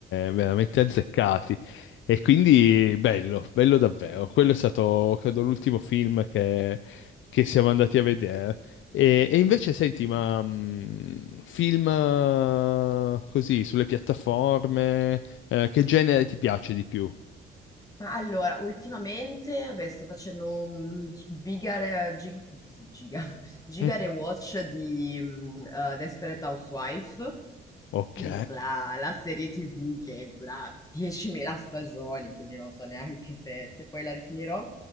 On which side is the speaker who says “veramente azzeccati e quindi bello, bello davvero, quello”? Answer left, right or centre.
Left